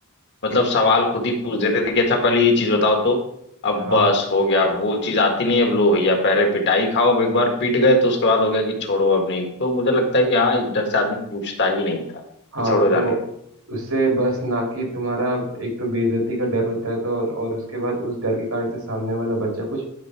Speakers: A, on the left; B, on the right.
A: मतलब
B: हम्म
A: सवाल
B: हम्म,
A: खुद ही पूछ देते थे कि अच्छा पहले ये चीज बताओ तो अब
B: हाँ
A: बस हो गया अब वो चीज आती नहीं है, अब लो भैया पहले पिटाई खाओ अब एक बार पिट गए तो उसके बाद हो गया कि छोड़ो अब नहीं तो मुझे लगता है कि हाँ इधर से आदमी पूछता ही नहीं था
B: हाँ
A: कि छोड़ो जाने
B: तो
A: दो।
B: उससे बस ना कि तुम्हारा एक तो बेइज्जती का डर होता है तो और, और उसके बाद उस डर के कारण से सामने वाला बच्चा कुछ